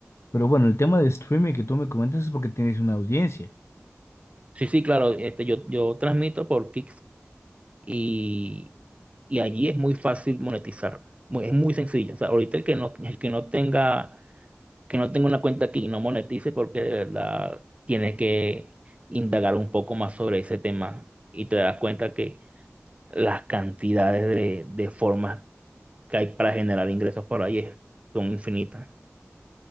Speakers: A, on the left; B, on the right.
A: Pero bueno, el tema de streaming que tú me comentas es porque tienes una audiencia.
B: Sí, sí, claro, este, yo, yo transmito por Kick, y, y allí es muy fácil monetizar, muy- es muy sencillo. O sea, ahorita el que no, el que no tenga, que no tenga una cuenta aquí y no monetice porque de verdad tiene que indagar un poco más sobre ese tema y te das cuenta que las cantidades de, de formas que hay para generar ingresos por ahí es- son infinitas.